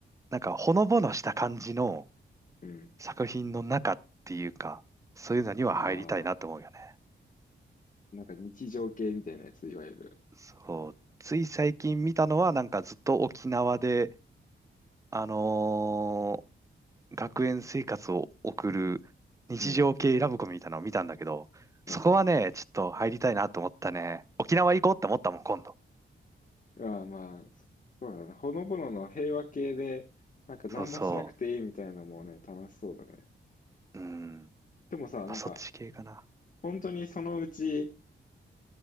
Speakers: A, on the right; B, on the left.
A: なんか、ほのぼのした感じの
B: うん。
A: 作品の中っていうか、そういうのには入りたいなと思うよね。
B: ああ、なんか日常系みたいなやつ、いわゆる。
A: そう。つい最近見たのは、なんかずっと沖縄で、あのー学園生活を送る日常系ラブコメみたいなのを見たんだけど、
B: うん、うん。
A: そこはね、ちょっと入りたいなと思ったね。沖縄行こうって思ったもん、今度。
B: ああ、まあ、そうだな。ほのぼのの平和系で、なんか何もしなくていいみたいなのもね、
A: そうそ
B: 楽しそうだね。
A: う。うん。
B: でもさ、
A: やっぱそっち系かな。
B: なんか、本当にそのうち、